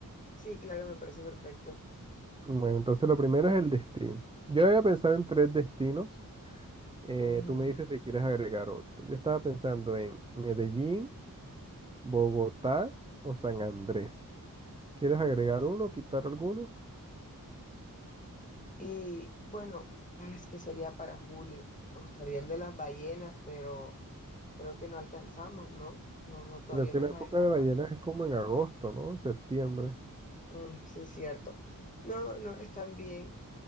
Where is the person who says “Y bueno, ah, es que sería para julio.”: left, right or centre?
Left